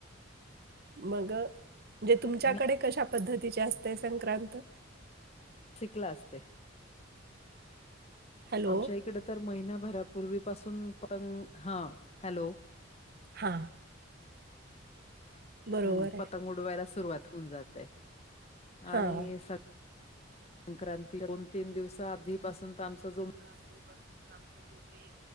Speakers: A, on the right; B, on the left.
A: मग म्हणजे तुमच्याकडे
B: मी
A: कशा पद्धतीचे असते संक्रांत
B: शिकला असते
A: हॅलो
B: आमच्या इकडे तर महिनाभरापूर्वीपासून प हा हॅलो
A: हा
B: हम्म
A: बरोबर आहे.
B: पतंग उडवायला सुरुवात होऊन जातंय
A: हां
B: आणि स संक्रांती दोन तीन दिवस आधीपासून तर आमचा जो
A: <unintelligible>